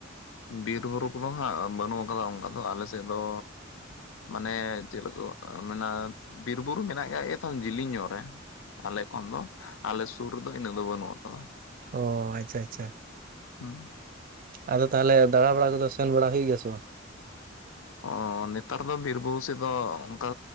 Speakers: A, on the left; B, on the right.
A: ᱵᱤᱨ ᱵᱩᱨᱩ ᱠᱚᱫᱚ ᱦᱟᱸᱜ ᱵᱟᱹᱱᱩᱜ ᱟᱠᱟᱫᱟ ᱚᱱᱠᱟ ᱫᱚ ᱟᱞᱮᱥᱮᱫ ᱫᱚ᱾ ᱢᱟᱱᱮ ᱪᱮᱫ ᱞᱮᱠᱚ ᱢᱮᱱᱼᱟ ᱵᱤᱨᱼᱵᱩᱨᱩ ᱢᱮᱱᱟᱜ ᱠᱟᱜ ᱜᱮᱭᱟ ᱛᱟᱦᱮᱱ ᱡᱤᱞᱤᱧ ᱧᱚᱜ ᱨᱮ ᱟᱞᱮ ᱠᱷᱚᱱ ᱫᱚ ᱟᱞᱮ ᱥᱩᱨ ᱨᱮᱫᱚ ᱤᱱᱟᱹᱜ ᱫᱚ ᱵᱟᱹᱱᱩᱜ ᱟᱠᱟᱫᱟ
B: ᱚ ᱟᱪᱪᱷᱟ ᱟᱪᱪᱷᱟ
A: ᱦᱩᱸ
B: ᱟᱫᱚ ᱛᱟᱦᱚᱞᱮ ᱫᱟᱬᱟ ᱵᱟᱲᱟ ᱠᱚᱫᱚ ᱥᱮᱱ ᱵᱟᱲᱟ ᱦᱩᱭᱩᱜ ᱜᱮᱭᱟ ᱥᱮ ᱵᱟᱝ
A: ᱚ ᱱᱮᱛᱟᱨ ᱫᱚ ᱵᱤᱨ ᱵᱩᱨᱩ ᱥᱮᱫ ᱫᱚ ᱚᱱᱠᱟ